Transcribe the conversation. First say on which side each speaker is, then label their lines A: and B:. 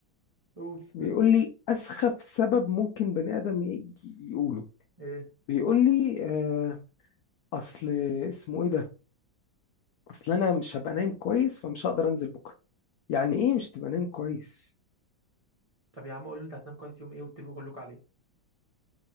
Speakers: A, on the right (about 40°); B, on the left (about 80°).
A: قول
B: بيقول
A: بيقول لك ايه
B: لي اسخف سبب ممكن بني ادم ي- يقوله
A: ايه
B: بيقول لي آه اصل اسمه ايه ده اصل انا مش هبقى نايم كويس فمش هقدر انزل بكره يعني ايه مش تبقى نايم كويس
A: طب يا عم قول له انت هتنام كويس يوم ايه واتفقوا كلكم عليه